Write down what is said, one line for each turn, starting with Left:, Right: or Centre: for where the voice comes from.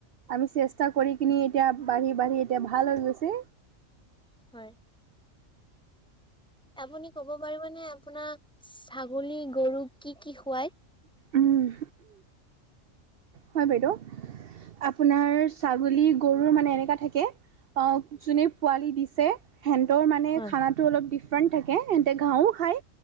Right: আমি চেষ্টা কৰি, কিনি এতিয়া বাঢ়ি বাঢ়ি এতিয়া ভাল হৈ গৈছে৷
Centre: হয়৷ আপুনি ক'ব পাৰিবনে আপোনাৰ ছাগলী গৰুক কি কি খোৱায়।
Right: উম হয় বাইদেউ, আপোনাৰ ছাগলী গৰু মানে এনেকুৱা থাকে৷ অ যোনে পোৱালি দিছে। হেন্তৰ মানে
Centre: হয়
Right: খানাটো অলপ ডিফাৰেণ্ট থাকে হেন্তে ঘাঁহও খাই,